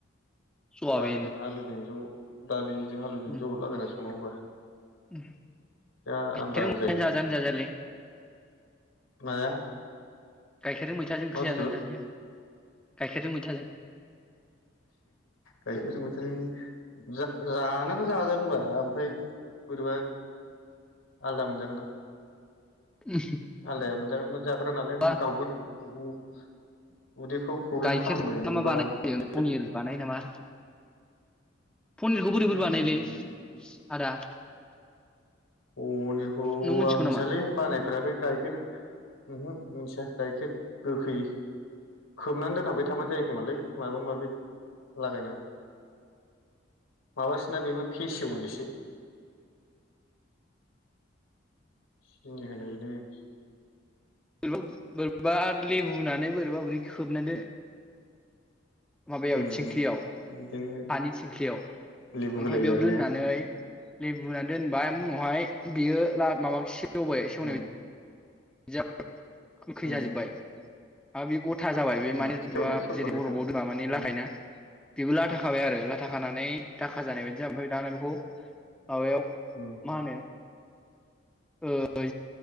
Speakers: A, in the centre; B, on the left.
A: सवाबिन
B: दालिजों आलुजों ज' दालि जों आलुजों
A: उम
B: जौ लगायना संनांगौ ब्रा
A: उम
B: दा
A: गाइखेरजों
B: आलादा
A: मैथाजों
B: जायो
A: जाजानो जाजायालै
B: माया
A: गाइखेरजों मैथाजों ओंख्रि
B: बुस्थु
A: जाजायोनो जाजाया गाइखेरजों मैथाजों
B: गाइखेर मैथों जा-जानोथ' जाजागोनबा ओमफ्राय बोरैबा आलदा मोनजागोनदां
A: उम
B: आलदाया मोनजागोन ओमफ्राय जाफेरा नालाय
A: मा
B: गावगोन <inaudible> उदैफ्राव प्रब्लेम
A: गाइखेरजों
B: खालामबायगोन नोबो
A: मा बानायो
B: हागौ एफेक्ट
A: पनिर बानाय नामा पनिरखौ बोरै
B: पनिरखौ
A: बोरै बानायलै आदा <unintelligible>
B: पनिरखौ
A: नों मिथिगौ
B: आं मिथियालै
A: नामा?
B: बानायफोराखै गायखेर उमहो मिथिया गायखेर गोखै खोबनानै दोनाब बाय थाबानो जायो खोमालै माबा माबि लागायनानै माबसोना बेबो फेसेवनायसो <unintelligible>
A: बा बोरैबा लेबुनानै बोरैबा बोरै खोबना दो माबायाव
B: उम
A: थिंख्लियाव
B: बिदिनो
A: हानि थिंख्लियाव ओमफफ्राय
B: लेबु होलायो
A: बेयाव
B: आरो
A: दोननानै
B: ने
A: लेबु होनानै दोनबाय उनावहाय बियो ला माबा सेवबाय सेवनाय
B: उम
A: जा गोखै
B: उम
A: जाजोबबाय हा बे गथा जाबाय
B: सेवना
A: बे माने
B: सेवनाया सेवखानायखा
A: जेरै बरफ बाव दा माने
B: उम
A: लाथायना
B: उम
A: बेबो लाथा खाबाय आरो लाथा खानानै खाजानाय बायदि जाबाय ओमफ्राय दा बेखौ माबायाव
B: उम
A: मा होनो ओ